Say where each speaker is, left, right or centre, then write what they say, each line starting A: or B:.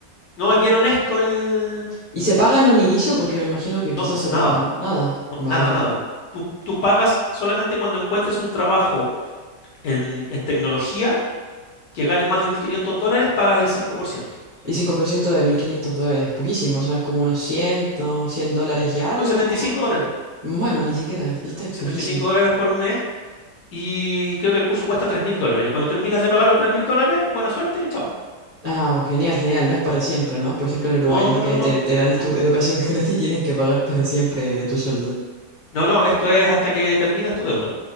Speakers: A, on the left (about 80°); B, on the left (about 45°).
A: No, es bien honesto el...
B: ¿Y se paga en un inicio? Porque me imagino que quizás
A: No, pues
B: se
A: nada,
B: pagan, ¿no? Nada,
A: no,
B: vaya.
A: nada, nada. Tú, tú pagas solamente cuando encuentres un trabajo en, en tecnología que ganes más de 1.500 dólares, pagas el cinco por ciento
B: Y 5% de 1.500 dólares, poquísimo, son como unos 100, 100 dólares y algo,
A: Son setenta
B: más
A: y
B: o
A: cinco
B: menos.
A: dólares.
B: Bueno, ni siquiera, viste, es
A: setenta
B: poquísimo.
A: y cinco dólares por mes Y creo que el curso cuesta tres mil dólares. Y cuando terminas de pagar los tres mil dólares, buena suerte y chao.
B: Ah, genial, genial, no es para siempre, ¿no? Por ejemplo, en Uruguay,
A: No,
B: ¿no?
A: no,
B: Que
A: no, no.
B: te, te dan estu-
A: No,
B: educación <laughs> gratis y tienes que pagar para siempre de tu sueldo.
A: no, no. Esto es hasta que terminas tu deuda.